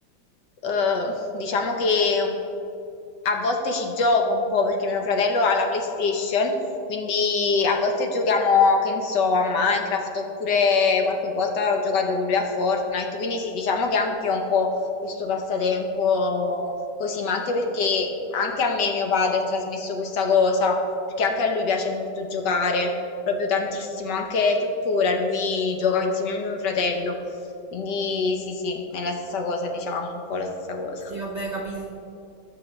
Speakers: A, on the left; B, on the right.
A: mh, eh, diciamo che a volte ci gioco un po' perché mio fratello ha la PlayStation, quindi a volte giochiamo, che ne so, a Minecraft oppure qualche volta ho giocato con lui a Fortnite, quindi sì, diciamo che anche un po' questo passatempo così, ma anche perché anche a me mio padre ha trasmesso questa cosa, perché anche a lui piace molto giocare, proprio tantissimo, anche tuttora lui gioca insieme a mio fratello, quindi sì, sì, è la stessa cosa, diciamo, un po' la stessa cosa.
B: Sì, vabbè, capito.